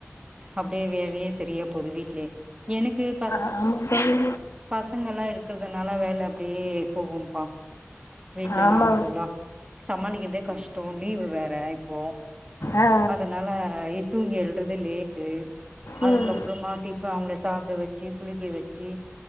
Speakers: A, on the right; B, on the left.
A: அப்டியே வேலயே சரியா போது வீட்லயே எனக்கு பச
B: ஆமா தோழி
A: பசங்கல்லா இருக்கிறதுனால வேல அப்டியே போகும்பா வீட்ல
B: ஆமா
A: நாலுபெருள்ள சமாளிக்குறதே கஷ் ட்டும் லீவு வேற இப்போ
B: ஆ
A: அதனால இ தூங்கி எழுல்றதே லேட்டு
B: ம்
A: அதுக்கப்றமா டிஃ அவங்கள சாப்பிட வச்சு குளிக்க வச் ச்சு